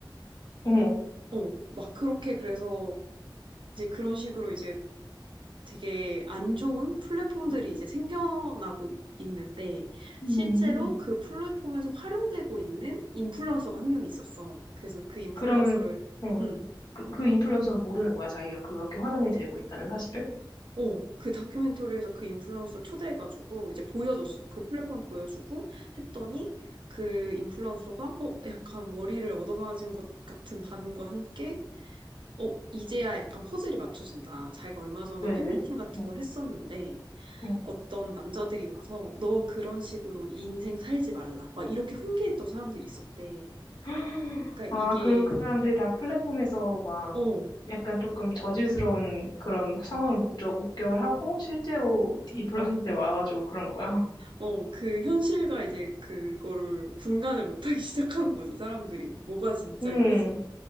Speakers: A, on the left; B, on the right.
A: 어머.
B: 어, 막 그렇게 그래서 이제 그런 식으로 이제 되게 안 좋은 플랫폼들이 이제 생겨나고 있는데
A: 음,
B: 실제로 그 플랫폼에서 활용되고 있는 인플루언서가 한 명 있었어. 그래서 그 인플루언서를
A: 그러면은, 어.
B: 응.
A: 그, 그 인플루언서는 모르는 거야, 자기가 그렇게 활용이 되고 있다는 사실을?
B: 어, 그 다큐멘터리에서 그 인플루언서를 초대해가지고 이제 보여줬어. 그 플랫폼 보여주고 했더니 그 인플루언서가 어, 약간 머리를 얻어맞은 것 같은 반응과 함께 어, 이제야 약간 퍼즐이 맞춰진다. 자기가 얼마 전에
A: 왜,
B: 팬미팅
A: 왜?
B: 같은
A: 응,
B: 걸 했었는데
A: 응.
B: 어떤 남자들이 와서 너 그런 식으로 인생 살지 말라. 막 이렇게 훈계했던 사람들이 있었대.
A: <gasps>
B: 그러니까
A: 아,
B: 이게
A: 그, 그 사람들이 다 플랫폼에서 막
B: 어,
A: 약간 조금 저질스러운 그런 상황을 목적, 목격을 하고 실제로 인플루언서한테 와가지고 그런 거야. <laughs>
B: 어, 그 현실과 이제 그거를 분간을 못하기 <laughs> 시작하는 거지, 사람들이. 뭐가 진짜인지.
A: 응,